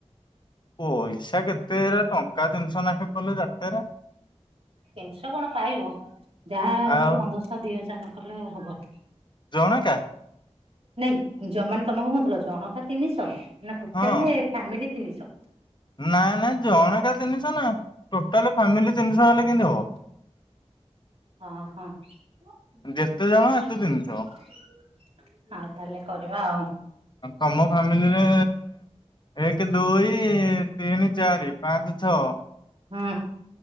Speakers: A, on the left; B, on the right.
A: ପଇସା କେତେ ଟଙ୍କା ତିନିଷ ନେଖେ କଲେ ଯାତେରା।
B: ତିନିଶ କଣ ପାଇବ ଯାହା ହେଲେ
A: ଆଉ
B: ପନ୍ଦରଶହ ଦି ହଜାର ନକଲେ ହବନି।
A: ଜଣକା।
B: ନାଇଁ ଜମାନ ତମକୁ କହୁଥିଲ ଜଣକା ତିନିଶ ନା ଟୋଟାଲି
A: ହଁ
B: ହି ଫ୍ୟାମିଲି ତିନିଶ।
A: ନାଇଁ ନାଇଁ ଜଣକା ତିନିଶ ନା ଟୋଟାଲି ଫ୍ୟାମିଲି ତିନିଶ ହେଲେ କେମିତି ହବ।
B: <inaudible> ହଁ ହଁ। ଆଉ
A: ଯେତେ ଜଣ ସେତେ ତିନିଶହ
B: ତାହେଲେ କରିବା ଆଉ।
A: ତମ ଫ୍ୟାମିଲି ରେ ଏକ ଦୁଇ ତିନି ଚାରି ପାଞ୍ଚ ଛଅ।
B: ହୁଁ।